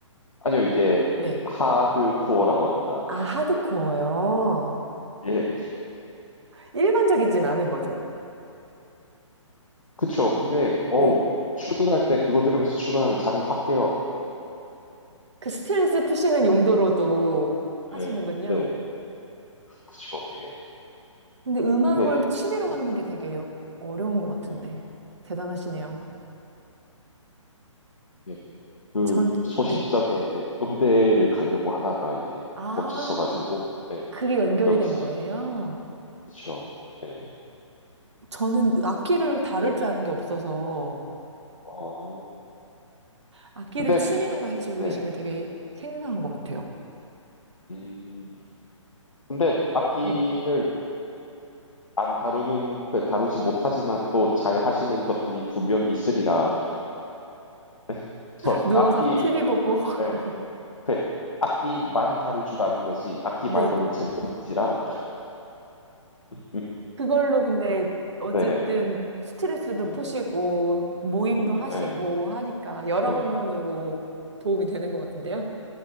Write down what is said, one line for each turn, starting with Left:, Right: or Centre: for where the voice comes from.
Left: 아니요, 이게
Right: 네.
Left: 하드코어라고 합니다.
Right: 아, 하드코어요.
Left: 예.
Right: 일반적이진 않은 거죠.
Left: 그쵸. 근데, 어우,
Right: 네.
Left: 출근할 때 그거 들으면서 출근하면 잠이 확 깨요.
Right: 그 스트레스 푸시는 용도로도 하시는군요.
Left: 네, 네네. 그쵸, 대개는.
Right: 근데 음악을
Left: 근데,
Right: 취미로
Left: 네,
Right: 갖는 게 되게 어려운 것 같은데.
Left: 네.
Right: 대단하시네요.
Left: 음, 예, 그
Right: 전,
Left: 소싯적에
Right: 네.
Left: 예, 음대를 가려고 하다가 이게
Right: 아,
Left: 멈췄어가지고, 예,
Right: 그게 연결이
Left: 그게 어찌,
Right: 된 거예요?
Left: 그쵸. 예,
Right: 저는 악기를 다룰
Left: 네네.
Right: 줄 아는 게 없어서
Left: 아,
Right: 악기를
Left: 근데,
Right: 취미로 가지고
Left: 네.
Right: 계신 게 되게 생생한 것 같아요.
Left: 음, 근데 악기를
Right: 네.
Left: 안 다루는, 그 다루지 못하지만 또 잘 하시는 것들이 분명 있으리라. <laughs> 저
Right: 누워서
Left: 악기,
Right: TV 보고, <laughs>
Left: 예, 그 악기만 다룰 줄 아는 거지 악기
Right: 네.
Left: 말고는 젬병인지라 음,
Right: 그걸로 근데 어쨌든
Left: 네네
Right: 스트레스도
Left: 음,
Right: 푸시고, 모임도
Left: 음,
Right: 하시고
Left: 네,
Right: 하니까 여러
Left: 네네
Right: 방면으로 도움이 되는 것 같은데요?